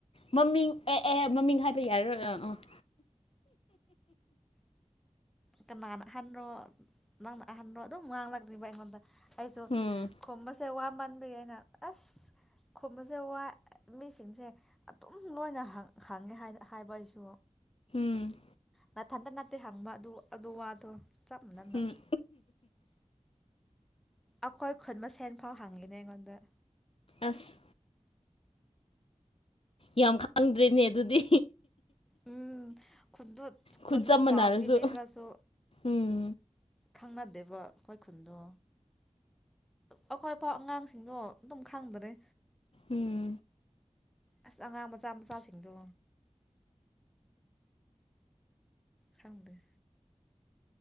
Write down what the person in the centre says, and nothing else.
ꯀꯅꯥꯅ ꯑꯍꯟꯔꯣ ꯅꯪꯅ ꯑꯍꯟꯔꯣ ꯑꯗꯨꯝ ꯉꯥꯡꯂꯛ꯭ꯂꯤꯕ ꯑꯩꯉꯣꯟꯗ ꯑꯩꯁꯨ
ꯀꯣꯝꯕꯁꯦ ꯋꯥ ꯌꯥꯝ ꯃꯟꯕꯤ ꯑꯩꯅ ꯑꯁ ꯈꯣꯕꯁꯦ ꯋꯥꯏ ꯃꯤꯁꯤꯡꯁꯦ ꯑꯗꯨꯝ ꯂꯣꯏꯅ ꯍꯪꯉꯦ ꯍꯥꯏꯕ ꯑꯩꯁꯨ
ꯅꯊꯟꯇ ꯅꯅꯥꯠꯇꯦ ꯍꯪꯕ ꯑꯗꯨ ꯑꯗꯨ ꯋꯥꯗꯣ ꯆꯞ ꯃꯥꯟꯅꯅ
ꯑꯩꯈꯣꯏ ꯈꯨꯟꯕ ꯁꯦꯟ ꯐꯥꯎ ꯍꯪꯉꯤꯅꯦ ꯑꯩꯉꯣꯟꯗ
ꯎꯝ ꯈꯨ
ꯈꯨꯨꯗ
ꯆ
ꯆꯥꯎꯕꯒꯤ ꯃꯤ ꯈꯔꯁꯨꯣ
ꯈꯪꯅꯗꯦꯕ ꯑꯩꯈꯣꯏ ꯈꯨꯟꯗꯣ ꯑꯩꯈꯣꯏ ꯑꯄꯥꯥꯎ ꯑꯉꯥꯡꯁꯤꯡꯗꯣ ꯑꯗꯨꯝ ꯈꯪꯗꯔꯦ
ꯑꯁ ꯑꯉꯥꯡ ꯃꯆꯥ ꯃꯆꯥꯁꯤꯡꯗꯣ ꯈꯪꯗ